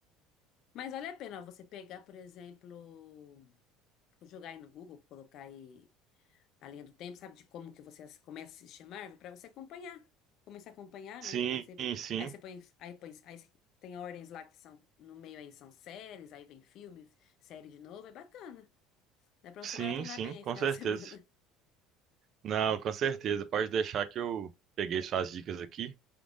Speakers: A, on the left; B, on the right.
A: Mas vale a pena ó, você pegar, por exemplo, jogar aí no Google, colocar aí a linha do tempo, sabe, de como que você as- começa a se chamar para você acompanhar. Começar a acompanhar, né?
B: Sim,
A: Aí você,
B: sim,
A: aí você põe, aí põe, aí você- tem ordens lá que são, no meio aí são séries, aí vem filme, série de novo, é bacana. Dá pra
B: sim,
A: você maratonar
B: sim,
A: bem
B: com
A: aí final
B: certeza.
A: de <laughs> semana.
B: Não, com certeza. Pode deixar que eu peguei suas dicas aqui.